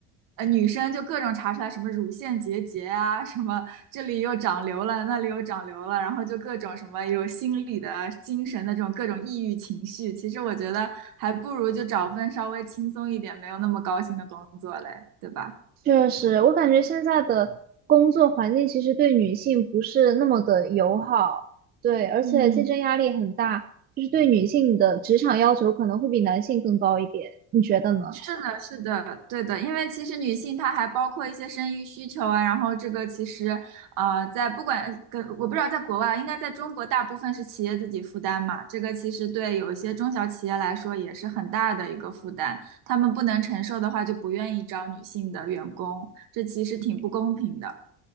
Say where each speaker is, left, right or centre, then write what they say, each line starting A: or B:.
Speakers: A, on the right; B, on the right.
A: 呃，女生就各种查出来什么乳腺结节啊，什么这里又长瘤了，那里又长瘤了，然后就各种什么有心理的、精神的这种各种抑郁情绪。其实我觉得还不如就找份稍微轻松一点、没有那么高薪的工作嘞，对吧？
B: 确实，我感觉现在的工作环境其实对女性不是那么的友好，对，而且竞争压力很大，
A: 嗯，
B: 就是对女性的职场要求可能会比男性更高一点，你觉得呢？
A: 是的，是的，对的，因为其实女性她还包括一些生育需求啊，然后这个其实，呃，在不管跟我不知道在国外，应该在中国大部分是企业自己负担嘛，这个其实对有一些中小企业来说也是很大的一个负担，他们不能承受的话就不愿意招女性的员工，这其实挺不公平的。